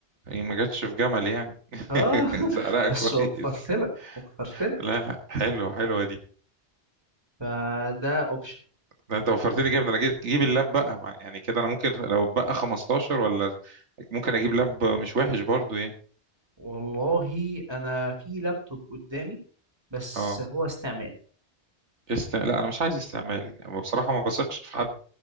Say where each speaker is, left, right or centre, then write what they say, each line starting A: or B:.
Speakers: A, on the right; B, on the right.
A: هي ما جاتش في جمل يعني
B: اه
A: <laughs> سعرها
B: <laughs> بس
A: كويس
B: وفرت لك وفرت لك
A: لا لا حلو حلوه دي
B: فده اوبشن
A: ده انت وفرت لي جامد انا جيب جيب اللاب بقى مع- يعني كده انا ممكن لو بقى 15 ولا ممكن اجيب لاب مش وحش برضو يعني
B: والله انا في لابتوب قدامي بس
A: اه
B: هو استعمال
A: است... لا انا مش عايز استعمال يعني بصراحه ما بثقش في حد
B: م-